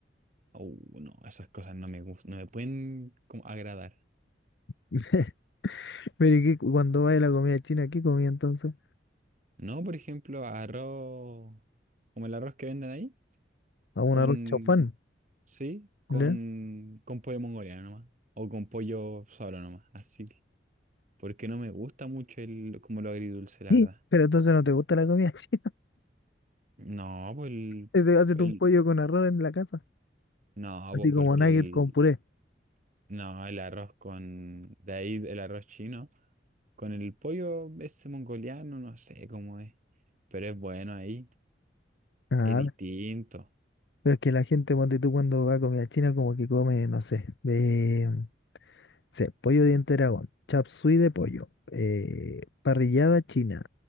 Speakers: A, on the right; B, on the left.
A: Uh, no, esas cosas no me gustan, no me pueden como agradar.
B: <laughs> Pero ¿y qué- cuando va a la comida china, ¿qué comía entonces?
A: No, por ejemplo, arroz, como el arroz que venden ahí,
B: A un
A: con,
B: arroz chaufán,
A: sí, con,
B: ya
A: con pollo mongoliano nomás, o con pollo solo nomás, así que, porque no me gusta mucho el, como lo agridulce, la
B: Sí.
A: verdad.
B: Pero entonces no te gusta la comida <laughs> china.
A: No, pues el,
B: Te haces
A: el-
B: tú un pollo con arroz en la casa,
A: no,
B: así
A: pues
B: como
A: porque
B: nugget
A: el,
B: con puré.
A: No, el arroz con... De ahí el arroz chino. Con el pollo ese mongoliano, no sé cómo es. Pero es bueno ahí.
B: Ah,
A: Es distinto.
B: pero es que la gente, ponte tú, cuando va a comida china, como que come, no sé, de, sé, pollo diente de dragón, chop suey de pollo, eh, parrillada china,